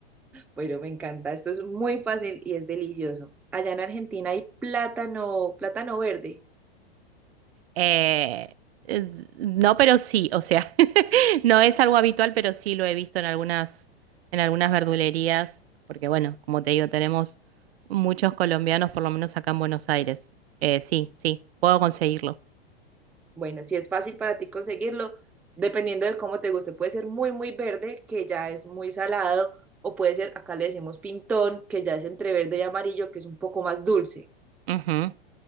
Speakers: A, in the centre; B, on the right.
A: pero me encanta. Esto es muy fácil y es delicioso. Allá en Argentina hay plátano, plátano verde.
B: Eh, eh, no, pero sí, o sea, <laughs> no es algo habitual, pero sí lo he visto en algunas, en algunas verdulerías, porque bueno, como te digo, tenemos muchos colombianos, por lo menos acá en Buenos Aires. Eh, sí, sí, puedo conseguirlo.
A: Bueno, si es fácil para ti conseguirlo, dependiendo de cómo te guste, puede ser muy, muy verde, que ya es muy salado, o puede ser, acá le decimos pintón, que ya es entre verde y amarillo, que es un poco más dulce.
B: Ujú,